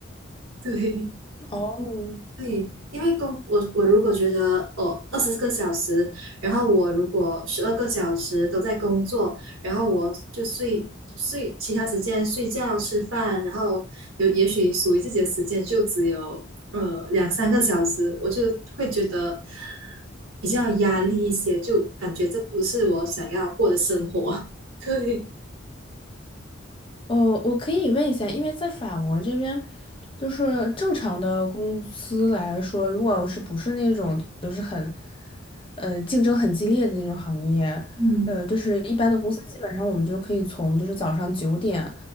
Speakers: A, on the right (about 80°); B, on the left (about 25°).
A: 对，
B: 哦，
A: 对，因为工我我如果觉得哦二十个小时，然后我如果十二个小时都在工作，然后我就睡睡其他时间睡觉吃饭，然后有也许属于自己的时间就只有呃两三个小时，我就会觉得比较压力一些，就感觉这不是我想要过的生活。<laughs> 对，
B: 哦，我可以问一下，因为在法国这边，就是正常的公司来说，如果是不是那种就是很，呃，竞争很激烈的那种行业，
A: 嗯
B: 呃，就是一般的公司，基本上我们就可以从就是早上九点，